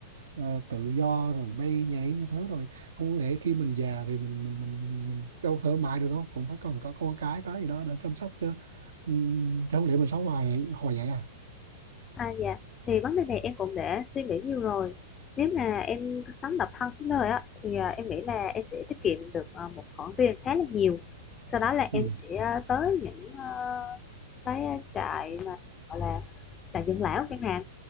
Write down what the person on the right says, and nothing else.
à, tự do rồi bay nhảy như thế rồi không lẽ khi mình già thì mình mình mình, mình đâu thoải mái được đâu cũng phải cần có con cái có gì đó để chăm sóc chứ Ừ, thế không lẽ mình sống hoài hồi vậy à
ừ